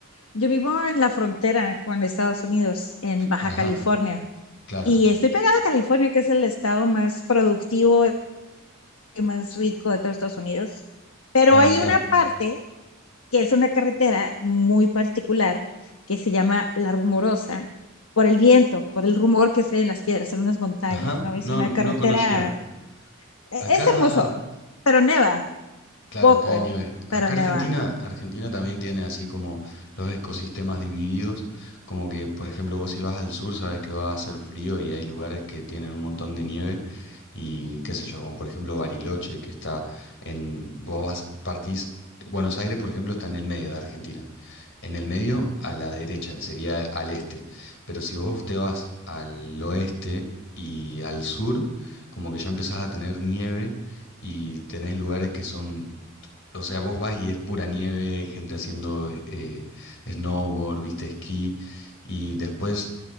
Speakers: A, on the left; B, on the left.
A: yo vivo en la frontera con Estados Unidos, en Baja
B: ajá,
A: California,
B: claro.
A: y estoy pegada a California, que es el estado más productivo y más rico de todos Estados Unidos, pero
B: Ah,
A: hay
B: mira.
A: una parte que es una carretera muy particular que se llama La Rumorosa por el viento, por el rumor que se ve en las piedras, en unas montañas,
B: Ajá,
A: ¿no? Es
B: no,
A: una
B: no,
A: carretera,
B: no conocía.
A: e-
B: Acá,
A: es hermoso, pero neva,
B: Claro,
A: poco,
B: cae nieve. Acá
A: pero neva.
B: Argentina, Argentina también tiene así como los ecosistemas divididos, como que por ejemplo vos si vas al sur sabes que va a hacer frío y hay lugares que tienen un montón de nieve y qué sé yo, como por ejemplo Bariloche que está en, vos vas, partís, Buenos Aires por ejemplo está en el medio de Argentina, en el medio a la derecha, sería al este, pero si vos te vas al oeste y al sur, como que ya empezás a tener nieve y tenés lugares que son o sea, vos vas y es pura nieve, hay gente haciendo eh, snowboard, viste, esquí, y después,